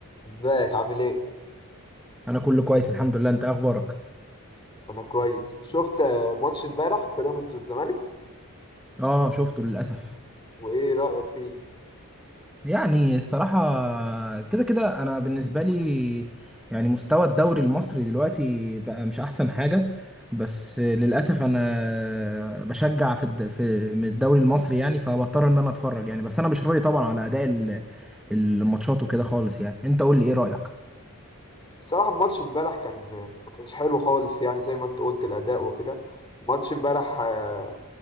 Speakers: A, on the left (about 20°); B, in the centre.
A: ازيك عامل ايه؟
B: انا كله كويس الحمد لله انت إيه اخبارك
A: انا كويس شفت آه، ماتش امبارح بيراميدز والزمالك
B: اه شفته للاسف
A: وايه رأيك فيه؟
B: يعني الصراحه كده كده انا بالنسبه لي يعني مستوى الدوري المصري دلوقتي بقى مش احسن حاجه بس للاسف انا بشجع في الد... في من الدوري المصري يعني فبضطر ان انا اتفرج يعني بس انا مش راضي طبعا على اداء ال- الماتشات وكده خالص يعني انت قول لي ايه رايك
A: الصراحة الماتش امبارح كان ما كانش حلو خالص يعني زي ما انت قلت الأداء وكده ماتش امبارح آه،